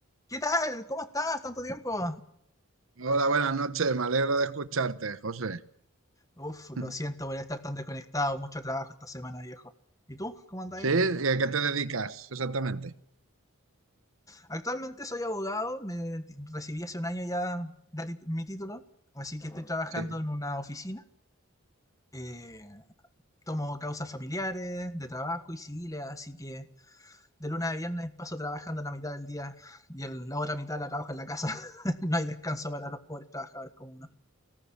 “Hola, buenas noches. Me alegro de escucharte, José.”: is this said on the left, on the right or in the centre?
Right